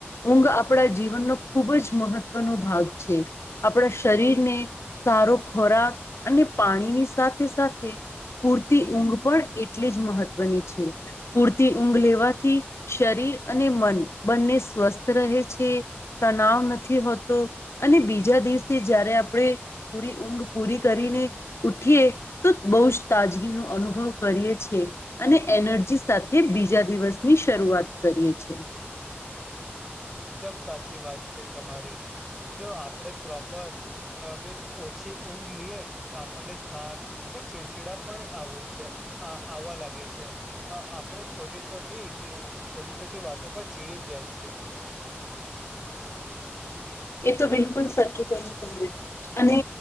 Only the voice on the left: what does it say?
ઊંઘ આપણા જીવનનો ખૂબ જ મહત્વનો ભાગ છે. આપણા શરીરને સારો ખોરાક અને પાણીની સાથે સાથે પૂરતી ઊંઘ પણ એટલી જ મહત્વની છે, પૂરતી ઊંઘ લેવાથી શરીર અને મન બંને સ્વસ્થ રહે છે, તનાવ નથી હોતો અને બીજા દિવસેથી જયારે આપણે પૂરી ઊંઘ પૂરી કરીને ઉઠીએ તો બો વ જ તાજગીનો અનુભવ કરીએ છે અને એનર્જી સાથે બીજા દિવસની શું શરૂઆત કરીએ છે.
એ તો બિલકુલ સાચું કયુ તમે અને